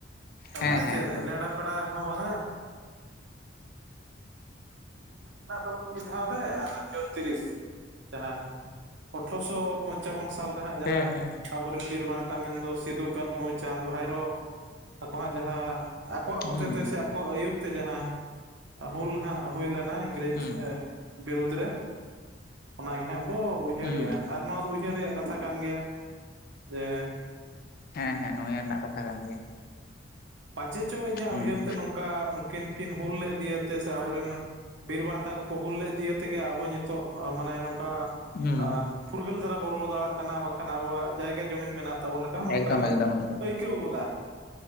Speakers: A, on the left; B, on the right.
A: ᱦᱮᱸ
B: ᱢᱟᱱᱮ
A: ᱦᱮᱸ
B: ᱪᱮᱫ ᱱᱮᱲᱟ ᱯᱮᱲᱟ ᱦᱚᱸ ᱵᱟᱝ-ᱟ᱾ <inaudible> ᱢᱮᱱᱟᱜ ᱛᱟᱵᱚᱱᱟ ᱢᱤᱫ ᱫᱷᱟᱣ ᱨᱮ ᱡᱚᱛᱛᱤᱨᱤᱥ ᱡᱟᱦᱟᱸ ᱟᱴᱷᱨᱚᱥᱚ ᱯᱚᱧᱪᱟᱵᱚᱱ ᱥᱟᱞᱨᱮᱦᱟᱸ ᱡᱟᱦᱟᱸ
A: ᱦᱮᱸ ᱦᱮᱸ
B: ᱟᱵᱚᱨᱮᱱ ᱵᱤᱨ ᱵᱟᱱᱴᱟ ᱢᱮᱱᱫᱚ ᱥᱤᱫᱩ ᱠᱟᱹᱱᱦᱩ ᱪᱟᱸᱫᱽ ᱵᱷᱟᱭᱨᱳ ᱟᱠᱚᱣᱟᱜ ᱡᱟᱦᱟᱸ ᱟᱠᱚᱣᱟᱜ ᱦᱚᱛᱮᱛᱮ
A: ᱦᱩᱸ
B: ᱥᱮ ᱟᱠᱚᱣᱟᱜ ᱟᱹᱭᱩᱨ ᱛᱮ ᱡᱟᱦᱟᱸ ᱦᱩᱞ ᱦᱟᱸᱜ ᱦᱩᱭ ᱞᱮᱱᱟ᱾ ᱤᱝᱨᱮᱡᱽ
A: ᱦᱩᱸ
B: ᱵᱤᱨᱩᱫᱽ ᱨᱮ ᱚᱱᱟᱜᱮ ᱦᱟᱸᱜ ᱵᱚ ᱩᱭᱦᱟᱹᱨᱮᱜ-ᱟ
A: ᱦᱩᱸ
B: ᱟᱨ ᱱᱚᱣᱟᱫᱚ <unintelligible> ᱨᱮᱭᱟᱜ ᱠᱟᱛᱷᱟ ᱠᱟᱱ ᱜᱮᱭᱟ ᱡᱮ
A: ᱦᱮᱸ ᱦᱮᱸ ᱩᱭᱦᱟᱹᱨ ᱨᱮᱱᱟᱜ ᱠᱟᱛᱷᱟ ᱠᱟᱱ ᱜᱮᱭᱟ
B: ᱯᱟᱪᱷᱮ ᱪᱚᱝ ᱤᱧᱟᱹᱜ
A: ᱦᱩᱸ
B: ᱩᱭᱦᱟᱹᱨ ᱛᱮ ᱱᱚᱝᱠᱟ ᱩᱱᱠᱤᱱ ᱠᱤᱱ ᱦᱩᱞ ᱞᱮᱫ ᱤᱭᱟᱹᱛᱮ ᱥᱮ ᱟᱵᱚᱨᱮᱱ ᱵᱤᱨ ᱵᱟᱱᱴᱟ ᱠᱚᱠᱚ ᱦᱩᱞ ᱞᱮᱫ ᱫᱤᱭᱟᱹ ᱛᱮᱜᱮ ᱟᱵᱚ ᱧᱤᱛᱚᱜ ᱢᱟᱱᱮ ᱱᱚᱝᱠᱟ
A: ᱦᱩᱸ
B: ᱟᱸ ᱯᱷᱩᱨᱜᱟᱹᱞ ᱫᱷᱟᱨᱟ ᱵᱚᱱ ᱨᱚᱲ ᱫᱟᱲᱮᱭᱟᱜ ᱠᱟᱱᱟ ᱵᱟᱝᱠᱷᱟᱱ ᱟᱵᱚᱣᱟᱜ ᱡᱟᱭᱜᱟ ᱡᱚᱢᱤᱱ ᱢᱮᱱᱟᱜ ᱛᱟᱵᱚᱱ ᱞᱮᱠᱟ ᱦᱚᱸ ᱱᱚᱝᱦᱚᱧ
A: ᱮᱠᱫᱚᱢ ᱮᱠᱫᱚᱢ ᱮᱠᱫᱚᱢ
B: ᱟᱹᱭᱠᱟᱹᱣ ᱜᱚᱫᱟ